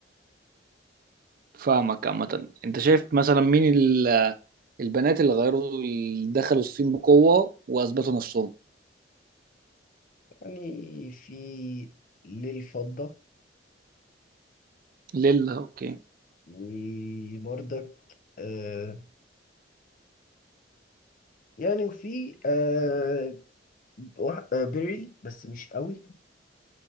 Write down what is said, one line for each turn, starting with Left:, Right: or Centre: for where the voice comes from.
Right: فاهمك عامه انت شايف مثلا مين ال- البنات اللي غيروا اللي دخلوا الصين بقوه واثبتوا نفسهم
Left: يعني في للفضة
Right: ليلا اوكي
Left: وبرضك آه يعني وفي آه واحد- آه، بيري بس مش قوي